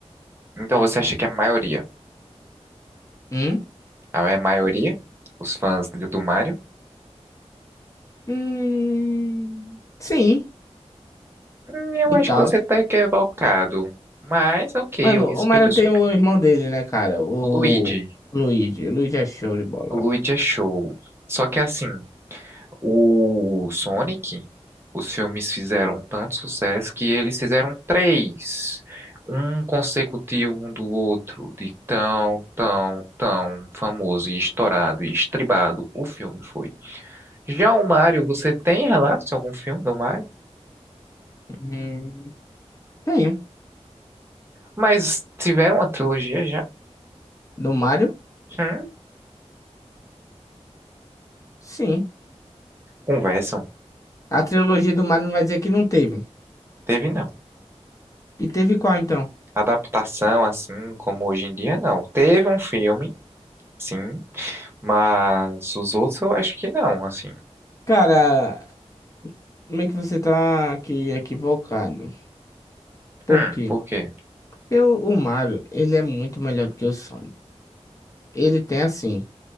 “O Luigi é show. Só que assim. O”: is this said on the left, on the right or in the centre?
Right